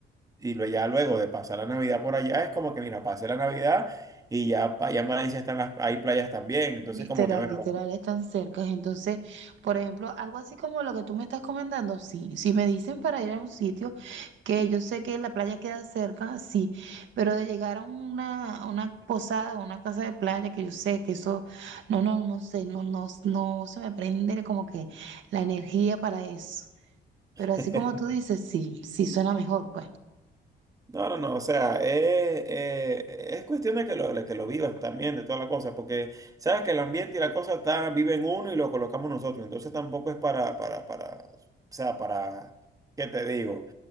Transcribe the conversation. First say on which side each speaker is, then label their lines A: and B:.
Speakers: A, on the right; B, on the right.
A: y lo, ya luego de pasar la Navidad por allá, es como que, mira, pasé la Navidad y ya pa- allá en Valencia están las, hay playas también, entonces
B: Literal,
A: como que, bueno.
B: literal, están cerca. Entonces, por ejemplo, algo así como lo que tú me estás comentando, sí. Si me dicen para ir a un sitio que yo sé que la playa queda cerca, sí. Pero de llegar a una, a una posada o una casa de playa que yo sé que eso, no, no, no sé, no, no, no se me prende como que la energía para eso. Pero así
A: <laughs>
B: como tú dices, sí, sí suena mejor, pues.
A: No, no, no, o sea, eh, eh, es cuestión de que lo, de que lo vivas también, de toda la cosa, porque sabes que el ambiente y la cosa está, vive en uno y lo colocamos nosotros, entonces tampoco es para, para, para, o sea, para, ¿qué te digo?